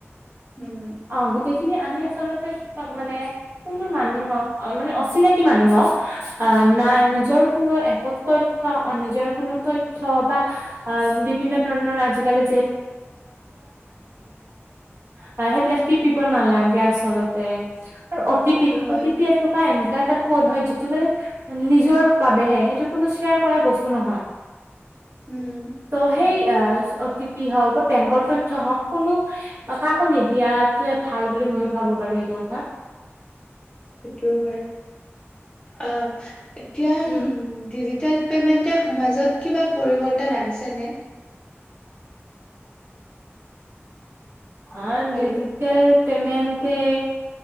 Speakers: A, on the left (about 20°); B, on the right (about 65°).
A: উম,
B: অ গোটেই খিনি আমি আচলতে মানে কোনো মানুহক মানে অচিনাকি মানুহক অ নাই নিজৰ কোনো একত তথ্ অ নিজৰ কোনো তথ্ বা অ বিভিন্ন ধৰণৰ আজিকালি <unintelligible> সেইবিলাক <unintelligible> নালাগে আচলতে আৰু অতিপি
A: সেইটো হয়
B: অতিপি এনেকুৱা এনেকুৱাত এটা ক'ত হয় যিটো মানে নিজৰ বাবেহে সেইটো কোনো শ্বেয়াৰ কৰা বস্তু নহয়
A: উম,
B: ত' সেই আহ অতীত হওক বা বেংকৰ তথ্ হওঁক কোনো কা আৌ নিদিয়াতয়ে ভাল বুলি ময়ো ভাবো বাৰু এইটো কথা
A: সেইটো হয় আহ এতিয়া
B: উম
A: উ তেেল পে'মেণ্টে সমাজত কিবা পৰিৱৰ্তন আনিছেনে
B: অ
A: হেল্ল'
B: ডিজিটেল
A: অ
B: পেমেণ্টে